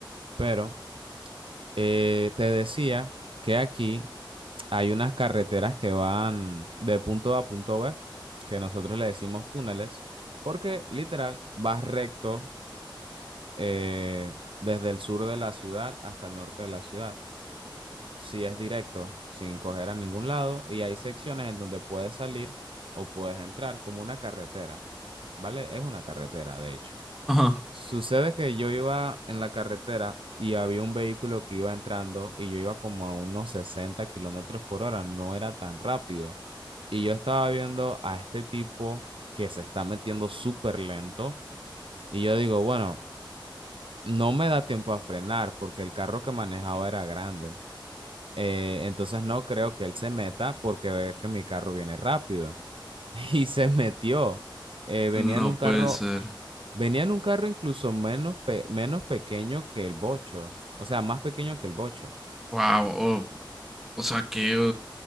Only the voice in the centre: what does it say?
Ajá.
No
puede ser.
Wow. o o sea, que...